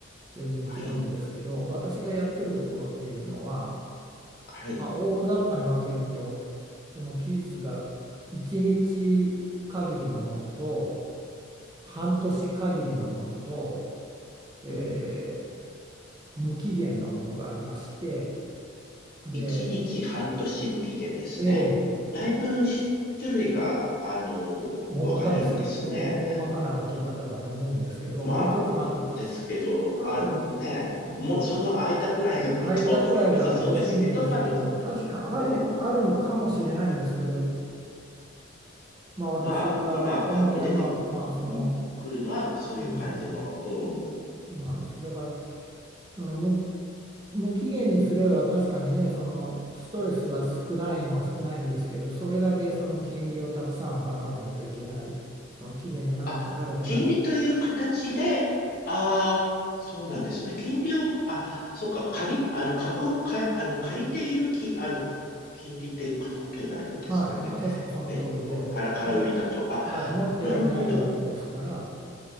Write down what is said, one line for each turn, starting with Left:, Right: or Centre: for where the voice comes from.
Right: 全然違うんですけど、
Left: はい。
Right: 私がやってるところっていうのは、
Left: はい。
Right: まあ、大雑把に分けると、その期日が1日限りのものと、半年限りのものと、えー
Left: うん。
Right: 無期限のものがありまして、で、
Left: 1日半年無期限ですね。
Right: A、
Left: だいぶ種類が、あの、
Right: 大まかです。
Left: 分かれるんですね。
Right: 大、大まかな分け方だと思うんですけど、
Left: まあ、
Right: もうちょっとなんか
Left: ですけど、
Right: 多分、
Left: あ、ね、
Right: うん、
Left: もうその空いたぐらいがあると
Right: 間ぐらいがね、
Left: <laughs> 良さそうですけど、
Right: 欲しいんですけど、
Left: まあ、と、うんね、
Right: 確かある、あるのかもしれないんですけど、まあ、私が主にやるのは、
Left: まあ、今パッと出てうんくるのはそういう感じの、
Right: まあ、その、うん、
Left: うん。
Right: そうなんです。だから、その無、無期限にすれば確かにね、そのストレスは少ないのは少ないんですけど、それだけその金利をたくさん払わないといけない、その期限が長くなればなる、
Left: あ、金利という形で、ああ、そうなんですね。金利を、あ、そっか、借り、あの、株をか、あの、借りているき、あの、金利っていうかことになるんですかね。
Right: はい、まさしくその通りで、
Left: えっと、から、空売りだと。
Right: も、
Left: あ、
Right: はい、持ってはいないわけですから。
Left: なるほど。